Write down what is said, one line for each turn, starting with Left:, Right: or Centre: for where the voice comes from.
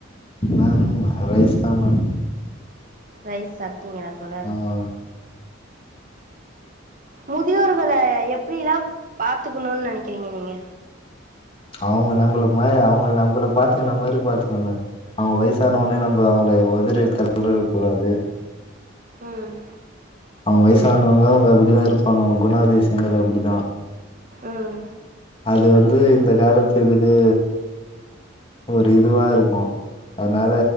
Left: மேம் ரைஸ் தா மேம்
Right: ரைஸ் சாப்டிங்களா தோழர்
Left: ஆமா மேம்
Right: முதியோர்கல எப்டியெல்லா பாத்துக்கணுன்னு நெனைக்கிறீங்க நீங்க
Left: அவுங்க நம்மள அவுங்க நம்மள பாத்துக்குன மாரி பாத்துக்கனு மேம் அவுங்க வயசான ஒட்னே நம்ம அவுங்கள உதறி தள்ளி விட்ற கூடாது
Right: ம்
Left: அவுங்க வயசானவங்க அவுங்க அப்டிதா இருப்பாங்க அவுங்க குணாதிசயங்கள் அப்டிதா
Right: ம்
Left: அது வந்து இந்த காலத்து இதுக்கு ஒரு இதுவா இருக்கு அதனால